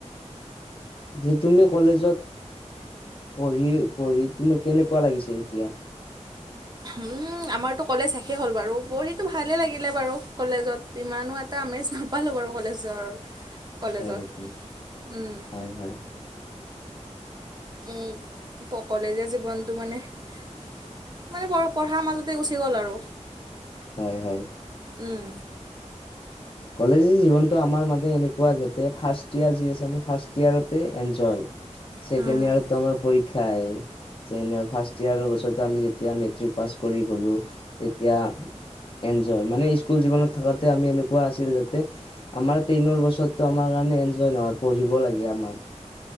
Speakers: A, on the left; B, on the right.
A: যে তুমি কলেজত, পঢ়ি-পঢ়ি তুমি কেনেকুৱা লাগিছে এতিয়া? <inaudible>
B: উম আমাৰতো কলেজ শেষ হ'ল বাৰু। পঢ়িটো ভালেই লাগিলে বাৰু কলেজত। ইমানো এটা আমেজ নাপালোঁ বাৰু কলেজৰ। কলেজত
A: হয় নেকি?
B: উম
A: হয় হয়।
B: উম কলেজীয়া জীৱনটো মানে, মানে বৰ পঢ়াৰ মাজতে গুচি গ'ল আৰু।
A: হয় হয়।
B: উম।
A: কলেজী জীৱনটো আমাৰ মানে এনেকুৱা যাতে ফাৰ্ষ্ট ইয়েৰ যি আছে মোৰ ফাৰ্ষ্ট ইয়েৰতে এঞ্জয়। ছেকেণ্ড
B: অ',
A: ইয়েৰতটো আমাৰ পৰীক্ষা আহে। Second year. ফাৰ্ষ্ট ইয়েৰৰ পিছত আমি যেতিয়া মেট্ৰিক পাছ কৰি গলোঁ। তেতিয়া এনজয়, মানে স্কুল জীৱনত থকোতে আমি এ এনেকোৱা আছিল যাতে আমাৰ টেনৰ বছৰতো আমাৰ কাৰণে এনজয় নহয়, পঢ়িব লাগে আমাৰ।